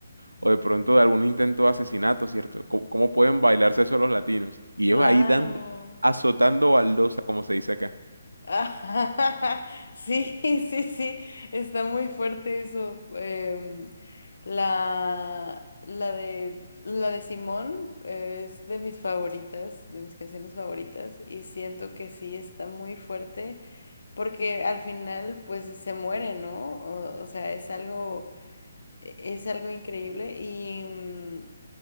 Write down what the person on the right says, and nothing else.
o de pronto de algún intento de asesinato, ¿cierto? ¿Cómo, cómo pueden bailarse eso los latinos? Y ellos
ahí dando, azotando baldosa, como se dice acá.